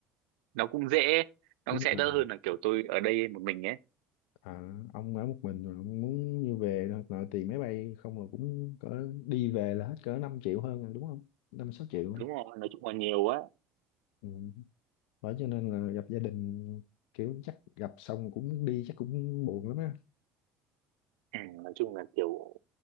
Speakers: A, on the right (about 85°); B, on the left (about 80°).
A: nó cũng dễ nó
B: đúng
A: cũng sẽ
B: rồi
A: đỡ hơn là kiểu tôi ở đây một mình ấy
B: à, ông ở một mình rồi ông muốn như về thôi, nội tiền máy bay không là cũng cỡ đi về là hết cỡ 5 triệu hơn rồi đúng không năm sáu triệu
A: đúng rồi nói chung là nhiều á
B: ừ. bởi cho nên là gặp gia đình kiểu chắc gặp xong cũng đi chắc cũng buồn lắm á
A: Ừ, nói chung là kiểu